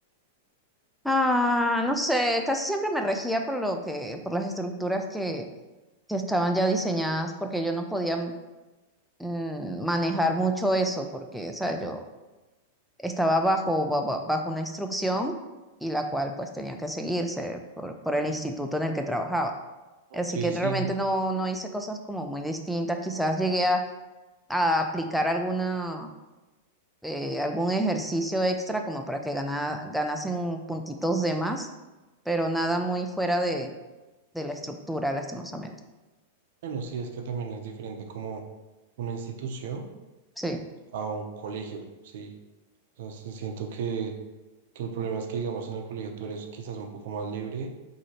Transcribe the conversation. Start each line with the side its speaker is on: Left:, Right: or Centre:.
Centre: Ah, no sé, casi siempre me regía por lo que, por las estructuras que, que estaban ya diseñadas, porque yo no podía mm, manejar mucho eso, porque, o sea, yo estaba bajo, ba- ba- bajo una instrucción y la cual pues tenía que seguirse por, por el instituto en el que trabajaba.
Right: Ok,
Centre: Así que
Right: sí.
Centre: realmente no, no hice cosas como muy distintas. Quizás llegué a a aplicar alguna, eh, algún ejercicio extra como para que gana- ganasen puntitos de más, pero nada muy fuera de, de la estructura, lastimosamente.
Right: Bueno, sí, es que también es diferente como una institución
Centre: Sí,
Right: a un colegio, sí. Entonces, siento que, que el problema es que, digamos, en el colegio tú eres quizás un poco más libre